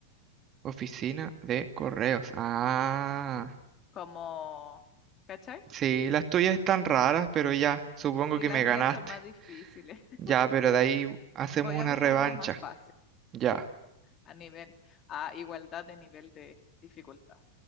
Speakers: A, on the right; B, on the left.
A: Oficina de correos. Ah,
B: como... ¿Cachai?
A: sí, las tuyas están raras, pero ya, supongo
B: Sí,
A: que
B: las
A: me
B: mías
A: ganaste.
B: son más difíciles. <laughs>
A: Ya, pero de ahí hacemos
B: Voy a
A: una
B: buscar
A: revancha.
B: unas más fáciles,
A: Ya,
B: a nivel, a igualdad de nivel de dificultad.